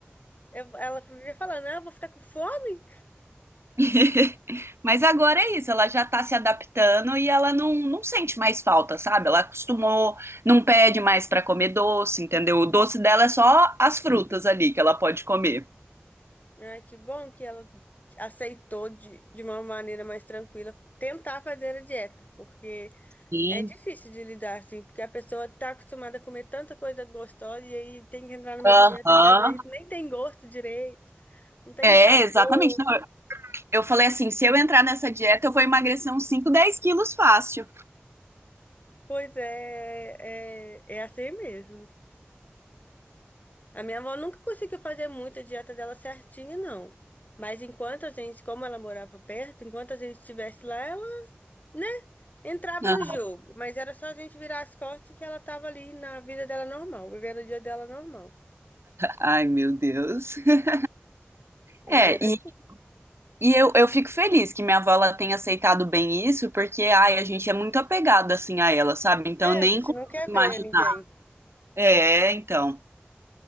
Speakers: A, on the left (about 40°); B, on the right (about 80°).
A: Eu- ela vivia falando, não, eu vou ficar com fome.
B: <laughs> Mas agora é isso, ela já tá se adaptando e ela não, não sente mais falta, sabe? Ela acostumou, não pede mais pra comer doce, entendeu? O doce dela é só as frutas ali que ela pode comer.
A: Ai, que bom que ela aceitou de, de uma maneira mais tranquila tentar fazer a dieta, porque
B: Sim.
A: É difícil de lidar, assim, porque a pessoa tá acostumada a comer tanta coisa gostosa e aí tem que entrar numa dieta
B: Aham.
A: que às vezes nem tem gosto direito, não tem
B: É,
A: um sabor.
B: exatamente. Não, Eu falei assim, se eu entrar nessa dieta, eu vou emagrecer uns 5, 10 quilos fácil.
A: Pois é, é, é assim mesmo. A minha avó nunca conseguiu fazer muito a dieta dela certinha, não. Mas enquanto a gente, como ela morava perto, enquanto a gente estivesse lá, ela, né, entrava
B: Ah,
A: no jogo. Mas era só a gente virar as costas que ela tava ali na vida dela normal, vivendo o dia dela normal.
B: Ai, meu Deus. <laughs>
A: Ela
B: É,
A: era.
B: e, e eu, eu fico feliz que minha avó ela tenha aceitado bem isso, porque, ai, a gente é muito apegado, assim, a ela, sabe? Então,
A: É,
B: eu nem
A: a gente
B: consigo
A: não quer ver
B: imaginar.
A: ninguém.
B: É, então.